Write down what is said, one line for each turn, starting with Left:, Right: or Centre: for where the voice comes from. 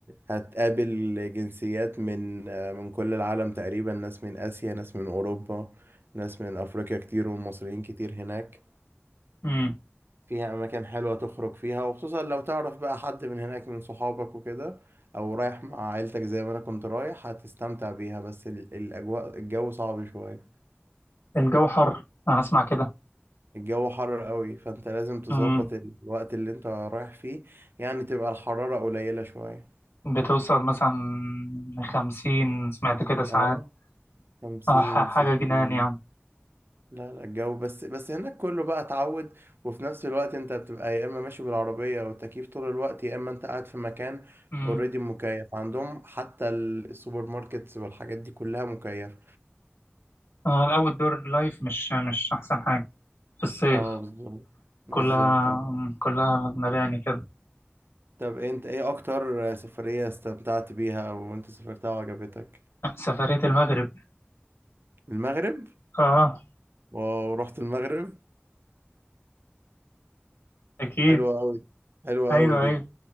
Right: هتقابل جنسيات من آه، من كل العالم تقريبا ناس من اسيا ناس من اوروبا ناس من افريقيا كتير ومصريين كتير هناك
Left: امم
Right: فيها أماكن حلوة تخرج فيها وخصوصا لو تعرف بقى حد من هناك من صحابك وكده أو رايح مع عيلتك زي ما أنا كنت رايح هتستمتع بيها بس ال- الأجواء الجو صعب شوية
Left: الجو حر أنا هسمع كده
Right: الجو حر قوي فأنت لازم تظبط
Left: امم
Right: الوقت اللي أنت رايح فيه يعني تبقى الحرارة قليلة شوية
Left: بتوصل مثلا خمسين سمعت كده ساعات
Right: اه خمسين
Left: آه، ح- حاجة
Right: ستين
Left: جنان يعني
Right: لا لا الجو بس بس هناك كله بقى اتعود وفي نفس الوقت انت بتبقى يا اما ماشي بالعربية او التكييف طول الوقت يا اما انت قاعد في مكان
Left: أمم.
Right: اوريدي مكيف عندهم حتى ال- السوبر ماركتس والحاجات دي كلها مكيفة
Left: آه، الأول دور لايف مش مش أحسن حاجة في الصيف
Right: اه بالظبط بالظبط
Left: كلها
Right: طب
Left: كلها مباني كده
Right: طب انت ايه اكتر سفرية استمتعت بيها وانت سافرتها وعجبتك
Left: سفرية المغرب
Right: المغرب
Left: آه
Right: واو رحت المغرب
Left: أكيد
Right: حلوة قوي حلوة
Left: أيوه
Right: قوي دي
Left: أيوه